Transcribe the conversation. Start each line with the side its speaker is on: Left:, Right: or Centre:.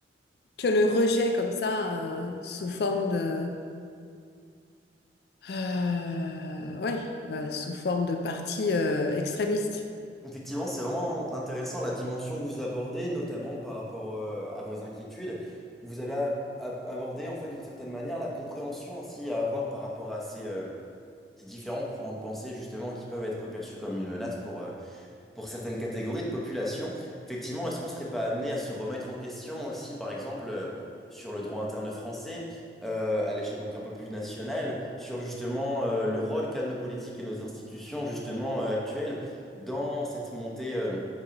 Left: que le rejet comme ça euh, sous forme de, euh, ouais, euh, sous forme de parti euh, extrémiste.
Centre: Effectivement, c'est vraiment intéressant la dimension que vous abordez, notamment par rapport euh, à vos inquiétudes. Vous avez a- a- abordé, en fait, d'une certaine manière, la compréhension aussi à avoir par rapport à ces, euh, ces différents courants de pensée, justement, qui peuvent être perçus comme une menace pour, euh, pour certaines catégories de population. Effectivement, est-ce qu'on ne serait pas amené à se remettre en question aussi, par exemple, euh, sur le droit interne français, euh, à l'échelle donc un peu plus nationale, sur justement euh, le rôle qu'ont nos politiques et nos institutions justement euh, actuelles dans cette montée euh,